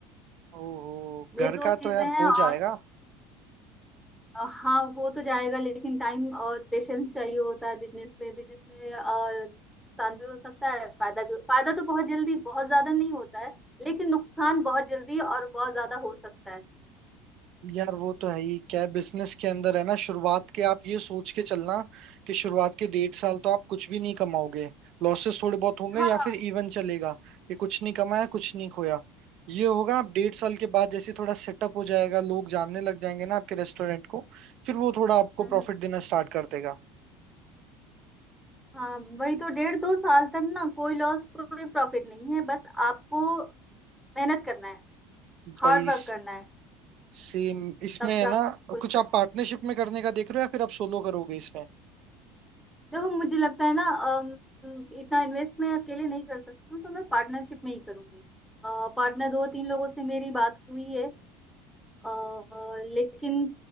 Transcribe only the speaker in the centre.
मेरी
दो
चीजें
हैं
और
अ, हाँ वो तो जाएगा लेकिन टाइम और पेशेंस चाहिए होता है बिजनेस में बिजनेस में और नुकसान भी हो सकता है फायदा भी फायदा तो बहुत जल्दी बहुत ज्यादा नहीं होता है लेकिन नुकसान बहुत जल्दी और बहुत ज्यादा हो सकता है
हाँ
हम्म,
हम्म।
हाँ वही तो डेढ़ दो साल तक ना कोई लॉस कोई प्रॉफिट नहीं है बस आपको मेहनत करना है
हार्ड वर्क करना है
तब
जाकर
कुछ
देखो मुझे लगता है ना अम, इतना इन्वेस्ट मैं अकेले नहीं कर सकती हूँ तो मैं पार्टनरशिप में ही करूंगी पार्टनर दो तीन लोगों से मेरी बात हुई है अ, अ, लेकिन